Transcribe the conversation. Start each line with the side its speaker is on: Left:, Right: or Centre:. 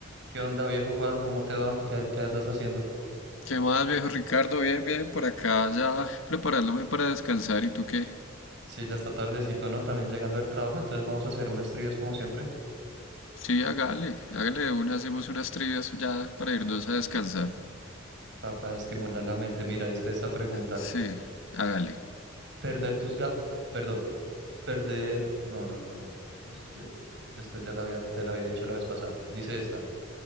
Right: ¿Qué onda, viejo Juan? ¿Cómo te va? ¿Qué, qué andas haciendo?
Left: ¿Qué más, viejo Ricardo? Bien, bien, por acá ya preparándome para descansar. ¿Y tú qué?
Right: Sí, ya está tardecito, ¿no? También llegando del trabajo, entonces vamos a hacer unas trivias como siempre
Left: Sí, hágale, hágale de una, hacemos unas trivias ya para irnos a descansar.
Right: para estimular la mente. Mira, diste esa pregunta.
Left: Sí, hágale.
Right: Perder tus ga... Perdón, perder... No, no, no, no. Este, este ya la había, te lo había dicho la vez pasada. Dice esta.